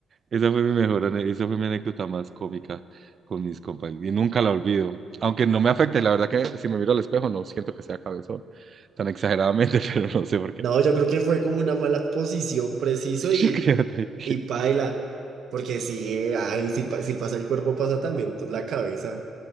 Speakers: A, on the right; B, on the right.
A: esa fue mi mejor, ane- esa fue mi anécdota más cómica con mis compañeros. Y nunca la olvido. Aunque no me afecta, y la verdad que si me miro al espejo, no siento que sea cabezón tan exageradamente, <laughs> pero no sé por qué.
B: No, yo creo que fue como una mala posición, preciso,
A: <laughs>
B: y
A: Yo creo que-
B: y paila, porque si, ay, si, pa- si pasa el cuerpo, pasa también to- la cabeza.